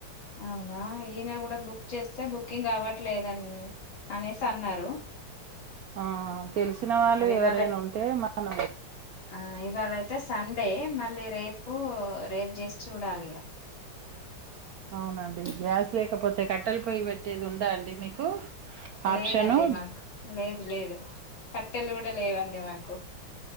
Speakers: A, on the left; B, on the right.
A: అవునా ఈన గూడ బుక్ చేస్తే బుకింగ్ అవ్వట్లేదండి అనే తన్నరు
B: ఆ తెలిసిన వాళ్ళు ఎవరైనుంటే
A: ఇవాళ
B: మన
A: ఆ ఇవాళయితే సండే మళ్ళీ రేపు రేప్ జేసి చూడాల్ ఇగ
B: అవునండి గ్యాస్ లేకపోతే కట్టెల పొయ్యి వెట్టేది ఉందా అండి మీకు ఆప్షను
A: లేదండి మాకు లేదు లేదు కట్టెలు గుడ లేవండి మాకు